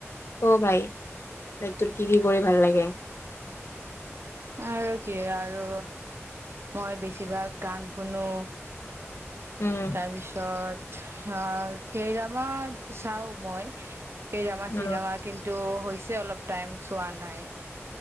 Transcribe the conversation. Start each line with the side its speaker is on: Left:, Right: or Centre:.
Left: ক ভাই লাইক তোৰ কি কি কৰি ভাল লাগে?
Right: আৰু কি আৰু মই বেছিভাগ গান শুনো।
Left: উম
Right: তাৰপিছত অ' কে ড্ৰামা চাও মই। কে ড্ৰামা, চে
Left: অ
Right: ড্ৰামা কিন্তু হৈছে অলপ টাইম চোৱা নাই।